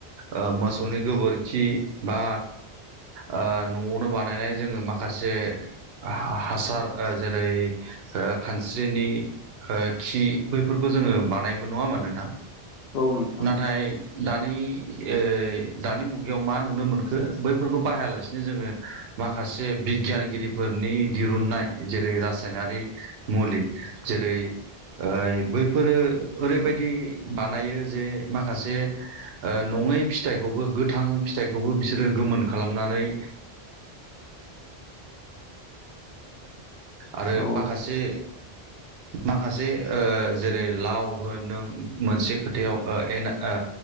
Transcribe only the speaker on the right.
ओ मौ सौनि गोबोरखि बा ओ न'आवनो बानायनाय जोङो माखासे हा हासार ओ जेरै खानस्रिनि खि बैफोरखौ जोङो बानायोमोन नङा होनबा नोंथां?
नाथाय दानि एइ दानि मुगायाव मा नुनो मोनखो बैफोरखौ बाहायालासिनो जोङो माखासे बिगियानगिरिफोरनि दिरुननाय जेरै रासायनारि मुलि जेरै ओ बैफोरो ओरैबायदि बानायो जे माखासे ओ नङै फिथाइ खौबो गोथां फिथाइखौबो बिसोरो गोमोन खालामनानै आरो
माखासे <inaudible> माखासे ओ जेरै लाव होन नों मोनसे खोथायाव ओ एना ओ